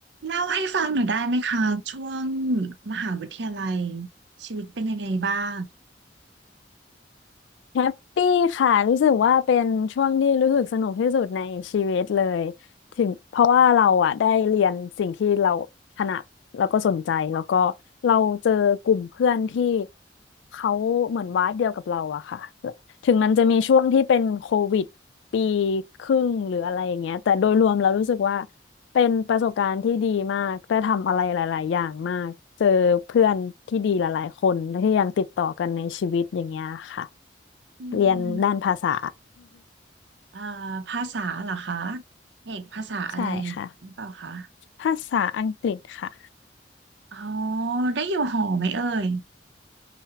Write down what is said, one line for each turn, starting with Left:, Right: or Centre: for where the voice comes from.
Right: เล่าให้ฟังหน่อยได้ไหมคะช่วงมหาวิทยาลัยชีวิตเป็นยังไงบ้าง
Left: แฮปปี้ค่ะรู้สึกว่าเป็นช่วงที่รู้สึกสนุกที่สุดในชีวิตเลยถึงเพราะว่าเราอะได้เรียนสิ่งที่เราถนัดแล้วก็สนใจแล้วก็เราเจอกลุ่มเพื่อนที่เขาเหมือนวาดเดียวกับเราอะค่ะถึงมันจะมีช่วงที่เป็นโควิดปีครึ่งหรืออะไรอย่างเงี้ยแต่โดยรวมเรารู้สึกว่าเป็นประสบการณ์ที่ดีมากได้ทำอะไรหลายๆอย่างมากเจอเพื่อนที่ดีหลายๆคนและที่ยังติดต่อกันในชีวิตอย่างเงี้ยค่ะ
Right: อื
Left: เรียนด้านภาษา
Right: มเอ่อภาษาเหรอคะเอกภาษาอะไร
Left: <laughs> ใช่ค่ะ
Right: หรือเปล่าคะ
Left: ภาษาอังกฤษค่ะ
Right: อ๋อได้อยู่หอไหมเอ่ย